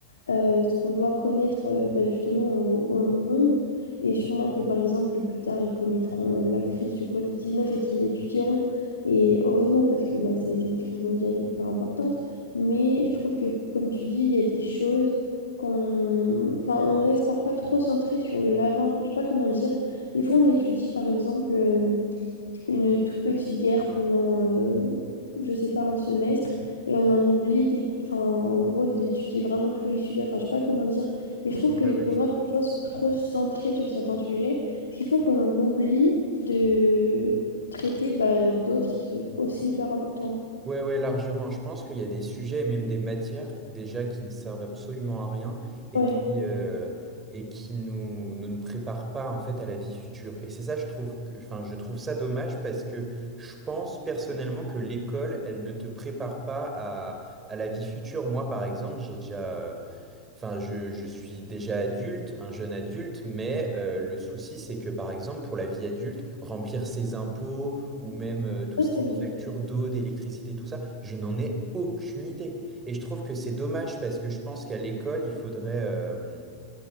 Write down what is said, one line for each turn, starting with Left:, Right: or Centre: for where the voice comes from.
Left: euh, ce qu'on doit connaître euh, bah, justement au, au monde. Et sûrement que, par exemple, plus tard, ils connaîtront euh, la crise du Covid-19 et qu'ils l'étudieront. Et heureusement, parce que bah, ça a été une crise mondiale hyper importante. Mais je trouve que, comme tu dis, il y a des choses qu'on... Enfin, on reste parfois trop centré sur l'avant. Enfin, je sais pas comment dire. Des fois, on étudie, par exemple... euh, une toute petite guerre pendant, euh, je sais pas, un semestre, et on en oublie, d'é- enfin, en gros, d'étudier vraiment tous les sujets. Enfin, je sais pas comment dire, mais je trouve que
Right: Ouais,
Left: les
Right: ouais,
Left: programmes,
Right: je vois.
Left: des fois, sont trop centrés sur certains sujets, ce qui fait qu'on en oublie de traiter bah, d'autres qui sont aussi hyper importants.
Right: Ouais, ouais, largement. Je pense qu'il y a des sujets et même des matières déjà qui ne servent absolument à rien et
Left: Ouais,
Right: qui, euh, et qui nous, nous ne préparent pas en fait à la vie future. Et c'est ça, je trouve que, enfin, je trouve ça dommage parce que je pense personnellement que l'école, elle ne te prépare pas à, à la vie future. Moi, par exemple, j'ai déjà, euh, Enfin, je, je suis déjà adulte, un jeune adulte, mais euh, le souci, c'est que par exemple, pour la vie adulte, remplir ses impôts ou même euh, tout
Left: ça,
Right: ce
Left: c'est
Right: qui est
Left: vrai.
Right: facture d'eau, d'électricité, tout ça, je n'en ai aucune idée. Et je trouve que c'est dommage parce que je pense qu'à l'école, il faudrait, euh,